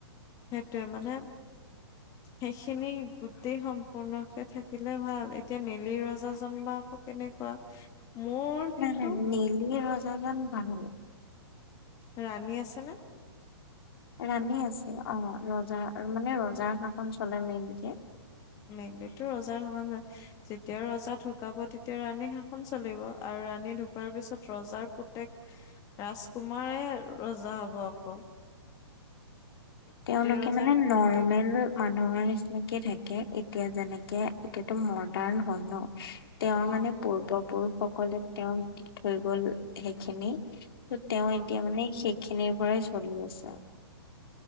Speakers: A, on the left; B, on the left.
A: সেইটোৱে মানে সেইখিনি গোটেই সম্পূৰ্ণকে থাকিলে ভাল এতিয়া নেলি ৰজাজন বা আকৌ কেনেকুৱা? মোৰ কিন্তু
B: নাই নাই মেলি ৰজাজন ভাল।
A: ৰাণী আছেনে?
B: ৰাণী আছে, অ ৰজা মানে ৰজাৰ শাসন চলে মেইনকে।
A: মেইনলিটো ৰজাৰ শাসনে, যেতিয়া ৰজা ঢুকাব তেতিয়া ৰাণী শাসন চলিব। আৰু ৰাণী ঢুকোৱাৰ পিছত ৰজাৰ পুতেক ৰাজকুমাৰে ৰজা হ'ব আক।
B: তেওঁলোকে
A: ৰজাৰ
B: মানে নৰ্মেল
A: পুতেক
B: মানুহৰ নিচিনাকে থাকে এতিয়া যেনেকে এতিয়াতো মডাৰ্ণ হ'ল ন। তেওঁৰ
A: অ
B: মানে পূৰ্বপুৰুষসকলে তেওঁক দি থৈ গ'ল সেইখিনি সেইট তেওঁ
A: অ
B: এতিয়া মানে সেইখিনিৰ পৰাই চলি আছে আও।